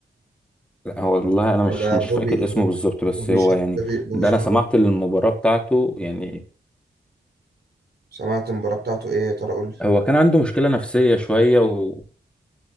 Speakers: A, in the centre; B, on the right.
A: لا هو والله انا مش
B: ولا
A: مش
B: بوبي
A: فاكر اسمه بالظبط بس
B: بوبي
A: هو
B: شارك
A: يعني
B: بوبي بوبي
A: ده
B: شارك
A: انا سمعت المباراة بتاعته يعني
B: سمعت المباراه بتاعته ايه يا ترى قول لي
A: هو كان عنده مشكلة نفسية شوية و